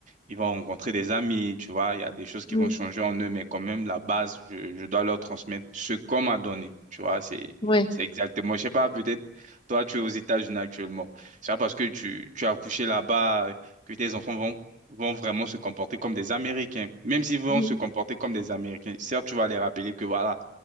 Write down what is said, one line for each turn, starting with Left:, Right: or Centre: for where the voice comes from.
Right: ils vont rencontrer des amis, tu vois, il y a des choses qui
Left: mm,
Right: vont changer en eux, mais quand même, la base, je, je dois leur transmettre ce qu'on m'a donné, tu vois, c'est,
Left: Ouais.
Right: c'est exactement, je sais pas, peut-être, toi, tu es aux États-Unis actuellement, c'est pas parce que tu, tu as accouché là-bas que tes enfants vont vont vraiment se comporter comme des Américains, même s'ils vont
Left: mm,
Right: se comporter comme des Américains. Certes, tu vas les rappeler que voilà,